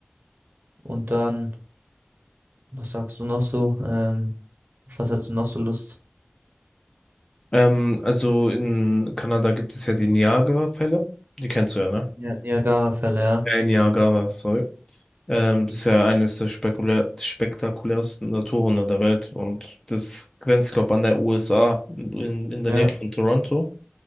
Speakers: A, on the right; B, on the left.
A: und dann, was sagst du noch so? Ähm, auf was hast du noch so Lust?
B: Ähm, also in Kanada gibt es ja die Niagara-Fälle. Die kennst du ja, ne?
A: Ja, Niagara-Fälle, ja.
B: Äh, Niagara, sorry. Ähm, das ist ja eines der spekulär spektakulärsten Naturwunder der Welt und das grenzt, glaube an der USA in, in der
A: Ja,
B: Nähe von Toronto.